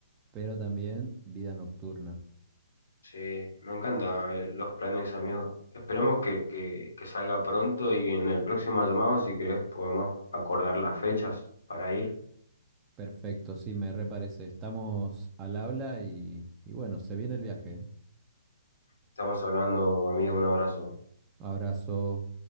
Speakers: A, on the right; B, on the left.
A: pero también vida nocturna.
B: Sí, me encantan eh, los planes, amigo. Esperemos que, que, que salga pronto y en el próximo llamado, si querés, podemos acordar las fechas para ir.
A: Perfecto, sí, me reparece. Estamos al habla y, y bueno, se viene el viaje. ¿eh?
B: Estamos hablando, amigo, un abrazo.
A: Abrazo.